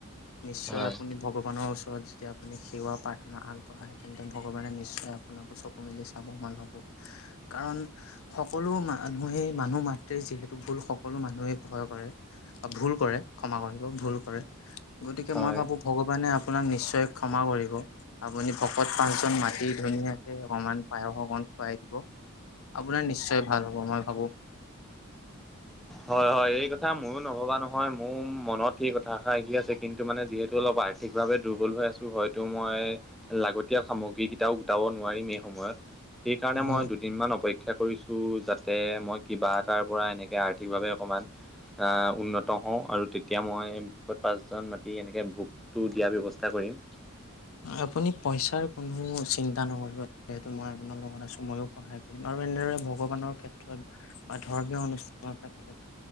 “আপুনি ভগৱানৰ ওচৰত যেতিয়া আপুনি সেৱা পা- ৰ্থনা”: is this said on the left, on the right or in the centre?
Left